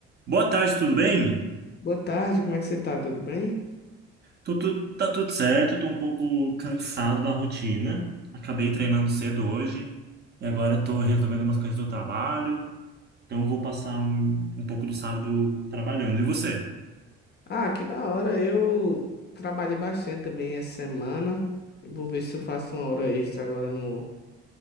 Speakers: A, on the right (about 35°); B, on the left (about 35°).
A: Boa tarde, tudo bem?
B: Boa tarde, como é que você tá? Tudo bem?
A: Tô, tu- tá tudo certo, tô um pouco cansado da rotina. Acabei treinando cedo hoje e agora tô resolvendo umas coisas do trabalho, então vou passar um, um pouco do sábado trabalhando. E você?
B: Ah, que da hora. Eu trabalhei bastante também essa semana. Vou ver se eu faço uma hora extra agora no,